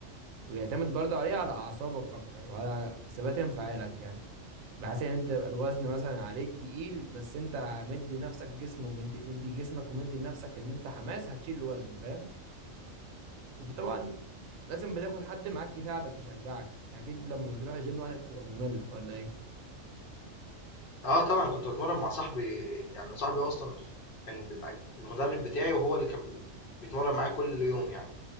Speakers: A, on the right (about 85°); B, on the left (about 50°).
A: بيعتمد برضه عليه على أعصابك أكتر وعلى ثبات انفعالك يعني بحيث إن أنت يبقى الوزن مثلا عليك تقيل بس أنت مدي نفسك جسم ومدي مدي جسمك ومدي لنفسك إن أنت حماس هتشيل الوزن فاهم وطبعا لازم بتاخد حد معاك يساعدك يشجعك أكيد لما بتروح الجيم لوحدك تبقى مملة ولا إيه؟
B: اه طبعا كنت بتمرن مع صاحبي يعني صاحبي هو اصلا كان بيبقى المدرب بتاعي وهو اللي كان بيتمرن معايا كل يوم يعني